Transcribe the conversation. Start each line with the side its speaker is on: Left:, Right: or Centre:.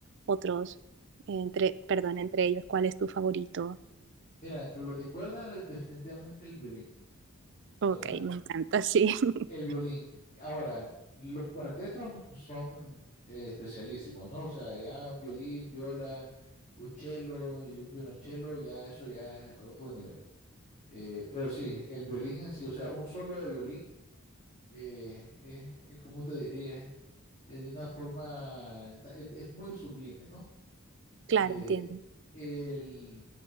Right: otros, entre, perdón, entre ellos, ¿cuál es tu favorito?
Left: Mira, entre los de cuerda, definitivamente el violín,
Right: Ok,
Left: ¿verdad?
Right: me encanta, sí. <laughs>
Left: El violín. Ahora, los cuartetos son eh, especialísimos, ¿no? O sea, ya violín, viola, un cello y un violonchelo, ya eso ya es otro nivel. Eh, pero sí, el violín en sí, o sea, un solo de violín, eh, es, es como te diría, es de una forma, está- es, es muy sublime, ¿no?
Right: Claro,
Left: Eh,
Right: entiendo.
Left: el,